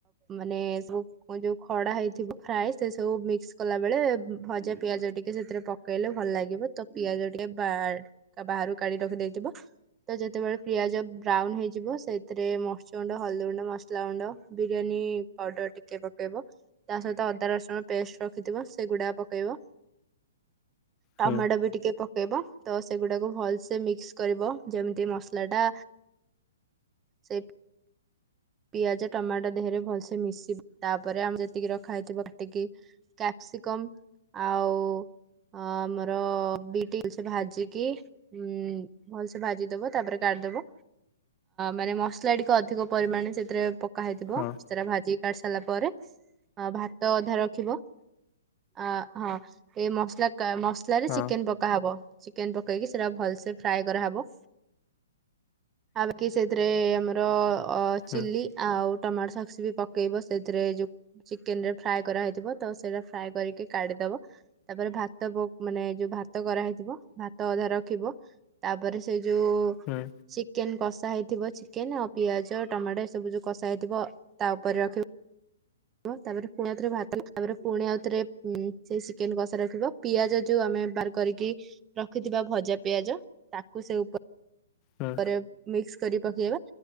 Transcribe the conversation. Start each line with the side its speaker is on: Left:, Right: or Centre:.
Right: ମାନେ ସବୁ ଯଉ ଖ କଡ଼ା ହେଇଥିବ ଫ୍ରାଏ, ସେସବୁ ମିକ୍ସ କଲାବେଳେ ଭଜା ପିଆଜ ଟିକେ ସେଥିରେ ପକେଇଲେ ଭଲ ଲାଗିବ। ତ ପିଆଜ ଟିକେ ବାର-ବାହାରୁ କାଢି ରଖିଦେଇଥିବ ତ ଯେତେବେଳେ ପିଆଜ ବ୍ରାଉନ ହେଇଯି ଯିବ। ସେଥିରେ ମରିଚ ଗୁଣ୍ଡ, ହଳଦୀ ଗୁଣ୍ଡ, ମସଲା ଗୁଣ୍ଡ, ବିରିୟାନୀ ପାଉଡର ଟିକେ ପକେଇବ। ତା ସହିତ ଅଦା ରସୁଣ ପେଷ୍ଟ ରଖିଥିବ, ସେଗୁଡାକ ପକେଇବ। ଟମାଟୋ
Left: ହୁଁ
Right: ବି ଟିକେ ପକେଇବ। ତ ସେଗୁଡାକୁ ଭଲସେ ମିକ୍ସ କରିବ, ଯେମିତି ମସଲା ଟା ସେଇ ପିଆଜ ଟମାଟୋ ଦେହରେ ଭଲସେ ମିଶିବ। ତାପରେ ଆମେ ଯେତିକି ରଖା ହେଇଥିବ ହେତିକି କ୍ୟାପସ୍ ସିକମ୍ ଆଉ ଅ ଆମର ବି ଟିଲ୍ସ ଭାଜିକି, ଉଁ ଭଲ୍ ସେ ଭାଜିଦବ ତାପରେ ଗା ଦବ ମାନେ ମସଲା ଟିକେ ଅଧିକ ପରିମାଣରେ ସେଥିରେ ପକା ହେଇଥିବ।
Left: ହଁ
Right: ସେରା ଭାଜି କାଢି ସାରିଲା ପରେ ଭାତ ଅଧା ରଖିବ। ଆ ହଁ ଏଇ ମସଲା କା ମସଲାରେ
Left: ହଁ
Right: ଚିକେନ ପକା ହବ। ଚିକେନ ପକେଇକି ସେଟା ଭଲସେ ଫ୍ରାଏ କରାହବ। ଆଉ କିି ସେଥିରେ ଆମର ଅ ଚିଲି
Left: ହୁଁ
Right: ଆଉ ଟମାଟୋ ସକ୍ସ ବି ପକେଇବ। ସେଥିରେ ଯୋଉ ଚିକେନ ରେ ଫ୍ରାଏ କରାହେଇଥିବ, ତ ସେଇଟା ଫ୍ରାଏ କରିକି କାଢ଼ିଦ ଦବ। ତାପରେ ଭାତ ବୋ ମାନେ ଯୋଉ ଭାତ କରାହେଇଥିବ ଭାତ ଅଧା ରଖିବ, ତାପରେ ସେ ଯୋଉ
Left: ହୁଁ
Right: ଚିକେନ କଷା ହେଇଥିବ। ଚିକେନ ଆଉ ପିଆଜ ଟମାଟୋ ଏସବୁ ଯୋଉ କଷା ହେଇଥିବ, ତା ଉପରେ ରଖିବ। ତାପରେ ପୁଣି ଆଉ ଥରେ ଭାତ, ତାପରେ ପୁଣି ଆଉଥରେ ସେ ଚିକେନ କଷା ରଖିବ। ପିଆଜ ଯୋଉ ଆମେ ବାର କରିକି ରଖିଥିବା ଭଜା ପିଆଜ, ତାକୁ ସେ ଉ
Left: ହୁଁ
Right: ପରେ ମିକ୍ସ କରି ପକେଇବା